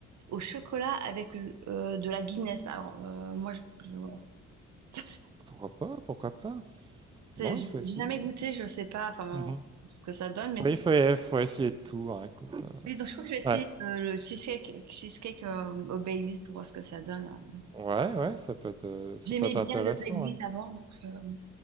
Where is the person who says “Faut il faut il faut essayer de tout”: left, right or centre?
Right